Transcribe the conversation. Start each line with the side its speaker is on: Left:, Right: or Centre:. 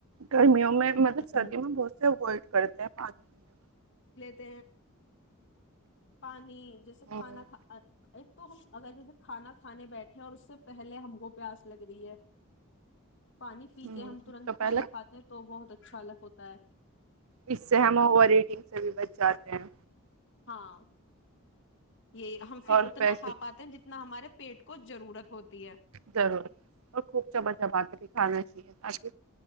Right: گرمیوں مطلب سردی
Left: ہ
Right: میں بہت سے اوائڈ کرتے ہیں پانی پینے
Left: ت پانی <unintelligible> جیسے کھانا
Right: ہ
Left: کھا ایک تو ہم اگر جیسے کھانا کھانے بیٹھے ہیں اور اس سے پہلے ہم کوو پیاس لگ رہی ہے پانی پیتے
Right: ہ
Left: ہم ترنت
Right: تو
Left: کھانا
Right: پہلے
Left: کاتے ہیں تو بہت اچھا خالح ہوتا ہے <unintelligible>
Right: اس سے ہم اوور ریٹنگ سے بھی بچ جاتے ہیں
Left: ہاں یہ ہم پھر
Right: اور
Left: اتنا
Right: پیسے
Left: کا پاتے ہیں جتنا نہ ہمارے پیٹ کو ضرورت ہوتی ہے
Right: ضرور اور خوب چب جما کے بھی کھانا ٹھ اس کے